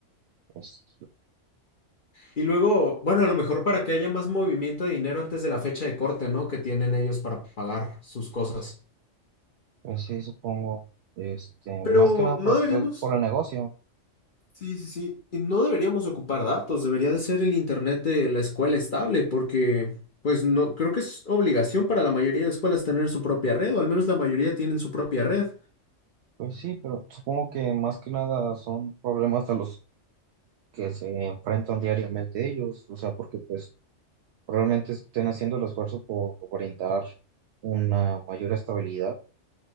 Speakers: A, on the right; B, on the left.
A: Pues,
B: Y luego, bueno, a lo mejor para que haya más movimiento de dinero antes de la fecha de corte, ¿no? Que tienen ellos para pagar sus cosas.
A: pues sí, supongo. Este,
B: Pero
A: más que nada,
B: no
A: pues
B: deberíamos.
A: el- por el negocio.
B: Sí, sí, sí. Y no deberíamos ocupar datos, debería de ser el internet de la escuela estable, porque pues no, creo que es obligación para la mayoría de escuelas tener su propia red, o al menos la mayoría tienen su propia red.
A: Pues sí, pero supongo que más que nada son problemas a los que se enfrentan diariamente ellos. O sea, porque pues probablemente estén haciendo el esfuerzo por brindar una mayor estabilidad,